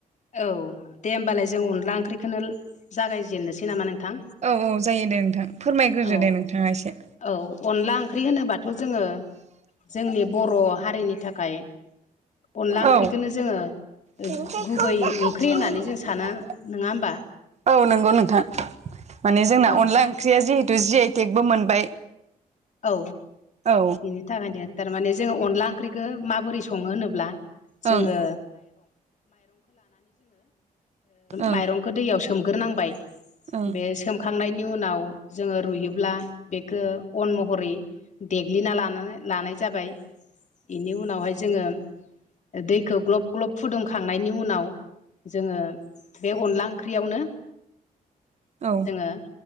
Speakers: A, on the left; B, on the right.
A: औ दे होमबालाय जों अनला ओंख्रिखौनो जागायजेननोसै नामा नोंथां
B: औ औ जायो दे नोंथां फोरमायग्रोदो
A: औ
B: दे नोंथाङा एसे
A: औ अनला ओंख्रि होनोबाथ' जोङो जोंनि बर' हारिनि थाखाय अनला ओंख्रिखौनो
B: औ
A: जोङो
B: दिंखिखौ
A: गुबै
B: गाहायथिं
A: ओंख्रि होननानै
B: लिंहरदों
A: जों साना नोङा होमबा
B: औ नंगौ नोंथां माने जोंना
A: औ
B: अनला ओंख्रिया जिहेतु जि आइ टेकबो मोनबाय
A: औ
B: औ
A: बिनि थाखायनो थारमाने जोङो अनला ओंख्रिखौ माबोरै सङो होनोब्ला जोङो
B: ओं ओं
A: बेखौ दैयाव सोमग्रोनांबाय
B: ओं
A: बे सोम खांनायनि उनाव जोङो रुयोब्ला बेखौ अन महरै देग्लिना ला लानाय जाबाय बेनि उनावहाय जोङो दैखौ ग्लब ग्लब फुदुंखांनायनि उनाव जोङो बे अनला ओंख्रियावनो
B: औ
A: जोङो